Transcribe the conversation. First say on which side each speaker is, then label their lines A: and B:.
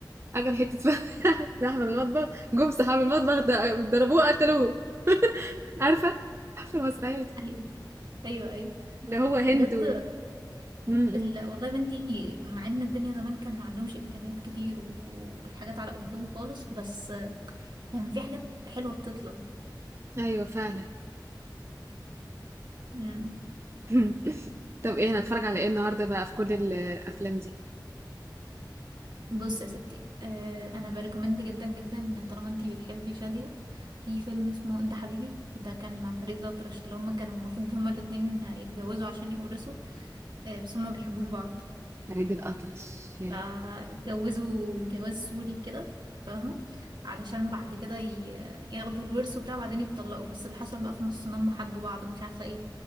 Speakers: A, on the right; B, on the right.
A: اكل حته ف- <laughs> لحمه من المطبخ جم صحاب المطبخ ض- ضربوه قتلوه عارفه عارفه المسرحيه دي
B: ايوه ايوه ايوه
A: اللي هو هند
B: بجد
A: و... م-
B: ال...
A: م.
B: والله يا بنتي مع ان الدنيا زمان كان ما عندهمش امكانيات كتير والحاجات على قدهم خالص بس كان في حاجات حلوة بتطلع
A: ايوه فعلا
B: مم.
A: <laughs> طب ايه هنتفرج على ايه النهارده بقى في كل الافلام دي
B: بص يا ستي آه انا بريكومند جدا جدا طالما انتي بتحبي شادية في فيلم اسمه انت حبيبي ده كان مع فريد الأطرش اللي هما كانوا المفروض هما الاتنين يتجوزوا عشان يورثوا آه بس هما ما بيحبوش بعض
A: فريد الأطرش ياه
B: فاتجوزوا جواز سوري كده فاهمة علشان بعد كده ي- ياخدوا الورث وبتاع بعدين يتطلقوا بس اللي حصل بقى في النص ان هم حبوا بعض ومش عارفة ايه